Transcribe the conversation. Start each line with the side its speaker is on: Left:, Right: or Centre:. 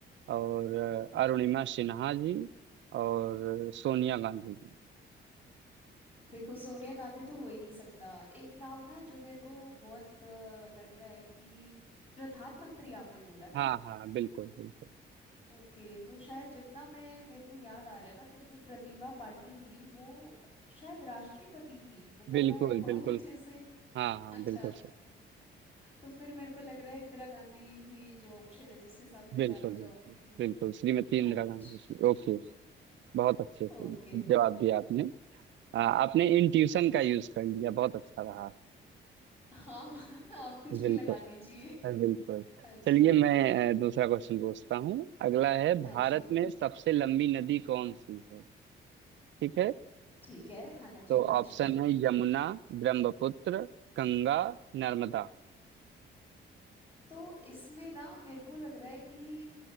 Right: और अ, अरुणिमा सिन्हा जी और सोनिया गांधी जी
Left: देखो सोनिया गांधी तो हो ही नहीं सकता एक नाम ना जो मेरे को बहुत अ, लग रहा है कि प्रधानमंत्री आपने बोला
Right: हाँ
Left: ना
Right: हाँ बिल्कुल बिल्कुल
Left: ओके तो शायद जितना मैं मेरे को याद आ रहा है ना तो जो प्रतिभा पाटिल थी वो शायद राष्ट्रपति थी मतलब
Right: बिल्कुल
Left: मैं बहुत
Right: बिल्कुल
Left: <laughs> अच्छे से
Right: हाँ हाँ
Left: अच्छा
Right: बिल्कुल सर
Left: तो फिर मेरे को लग रहा है इंदिरा गांधी ही जो ऑप्शन है जिसके साथ मैं
Right: बिल्कुल
Left: जाना चाहूंगी
Right: बिल्कुल बिल्कुल श्रीमती इंदिरा
Left: अच्छा
Right: गांधी जी ओके बहुत अच्छे से
Left: ओके
Right: जवाब दिया आपने आ, आपने इंट्यूशन का यूज कर लिया बहुत अच्छा रहा
Left: हाँ <laughs> आप कुछ भी
Right: बिल्कुल
Left: लगा लीजिए
Right: हाँ, बिल्कुल
Left: <laughs> हाँ जी
Right: चलिए मैं अ, दूसरा क्वेश्चन पूछता हूँ अगला है भारत
Left: हाँ जी
Right: में सबसे लंबी नदी कौन सी है ठीक है
Left: ठीक है हाँ
Right: तो
Left: जी पूछिए
Right: ऑप्शन है यमुना ब्रह्मपुत्र गंगा नर्मदा
Left: तो इसमें ना मेरे को लग रहा है कि